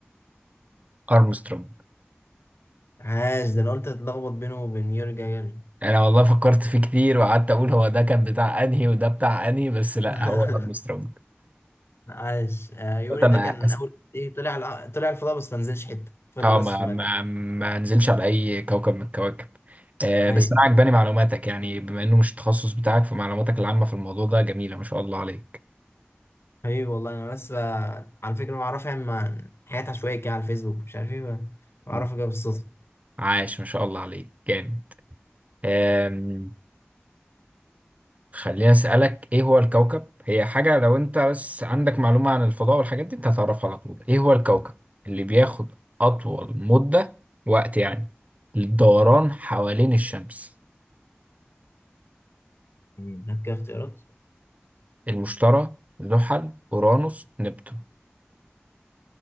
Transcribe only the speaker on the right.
ارمسترونج
يعني انا والله فكرت فيه كتير وقعدت اقول هو ده كان بتاع انهي وده بتاع انهي بس لا
هو ارمسترونج
بس انا
أس...
اه
ما
ما ما نزلش على اي كوكب من الكواكب آه
بس انا عجباني معلوماتك يعني بما انه مش التخصص بتاعك فمعلوماتك العامة في الموضوع ده جميلة ما شاء الله عليك
مم.
عاش ما شاء الله عليك جامد آم، خليني اسالك ايه هو الكوكب هي حاجه لو انت بس عندك معلومه عن الفضاء والحاجات دي انت هتعرفها على طول ايه هو الكوكب اللي بياخد اطول مده وقت يعني للدوران حوالين الشمس
المشتري زحل اورانوس نبتون